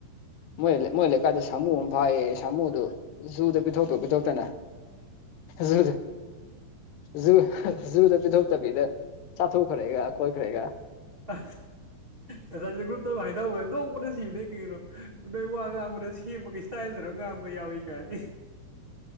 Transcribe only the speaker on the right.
ꯑ ꯉꯁꯥꯏꯁꯦ ꯒ꯭ꯔꯨꯞꯇ ꯍꯥꯏꯅꯧꯕꯗ ꯅꯣꯡꯃꯅ ꯁꯤꯕꯅꯦꯩ ꯀꯩꯒꯤꯩꯅꯣ ꯅ ꯅꯣꯏ ꯋꯥ ꯉꯥꯡꯕꯅ ꯁꯦꯝꯕꯒ ꯏꯁꯇ ꯇꯜꯗꯔꯣ ꯉꯥꯡꯕ ꯌꯥꯎꯏ ꯀꯥꯏ